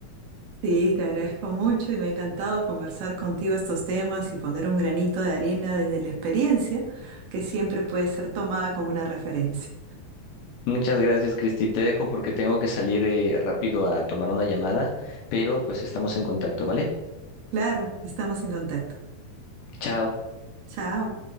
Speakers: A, on the right; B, on the left.
A: Sí, te agradezco mucho y me ha encantado conversar contigo estos temas y poner un granito de arena desde la experiencia, que siempre puede ser tomada como una referencia.
B: Muchas gracias, Cristi. Te dejo porque tengo que salir eh, rápido a tomar una llamada, pero pues estamos en contacto, ¿vale?
A: Claro, estamos en contacto.
B: Chao.
A: Chao.